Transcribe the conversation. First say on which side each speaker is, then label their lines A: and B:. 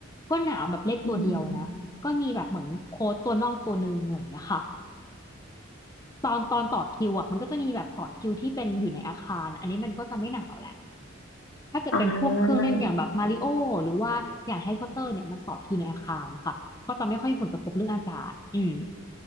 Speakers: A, on the left; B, on the left.
A: ก็หนาวแบบเลขตัวเดียวนะก็มีแบบเหมือนโค้ดตัวนอกตัวหนึ่งอะไรอย่างเงี้ยค่ะ
B: อืม
A: ตอนตอนต่อคิวอ่ะมันก็จะมีแบบต่อคิวที่เป็นอยู่ในอาคารอันนี้มันก็จะไม่หนาวแหละถ้าเกิดเป็นพวกเครื่องเล่นอย่างแบบมาริโอหรือว่าอย่างแฮร์รี่พอตเตอร์เนี่ยมันต่อคิวในอาคารค่ะก็จะไม่ค่อยมีผลกระทบเรื่องอากาศอืม
B: อ่า